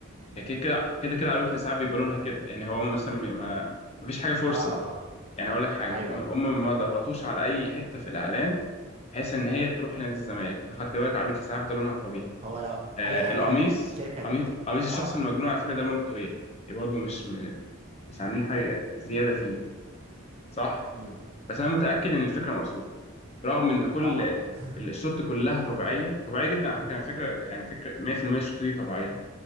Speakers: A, on the left (about 30°); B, on the right (about 30°).
A: يعني كده كده كده كده عربية الإسعاف بيبقى لونها كده يعني هو مثلا ما مفيش حاجة فورسد
B: اه
A: يعني هقول لك حاجة م-
B: ايوه ايوه
A: هم ما ضغطوش على أي حتة في الإعلان بحيث إن هي تروح لنادي الزمالك أنت خدت بالك عربية الإسعاف ده لونها الطبيعي
B: هو لو
A: آه
B: اي حاجه
A: القميص
B: كده ممكن الشركه
A: قميص
B: ت...
A: قميص الشخص
B: اه
A: المجنون على فكرة ده لونه الطبيعي يعني برضه مش م- مش عاملين حاجة زيادة فيه صح
B: امم
A: بس أنا متأكد إن الفكرة مقصودة رغم إن كل
B: طبعا <laughs>
A: الشوت كلها طبيعية طبيعية جدا على فكرة على فكرة يعني فكرة 100% الشوت دي طبيعية